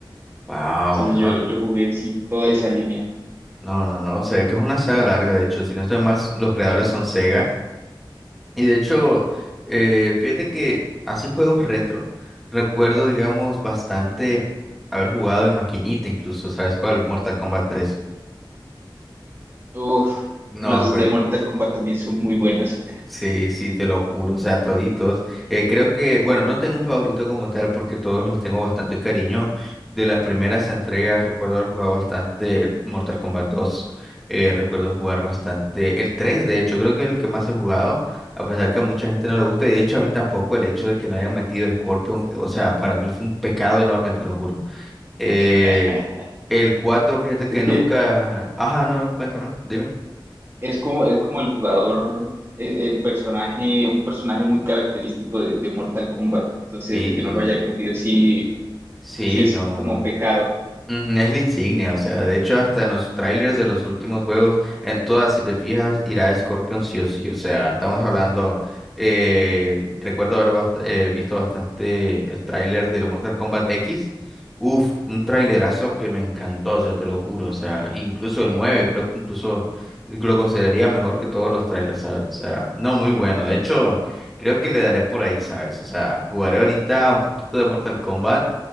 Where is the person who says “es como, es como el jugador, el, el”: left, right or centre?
Right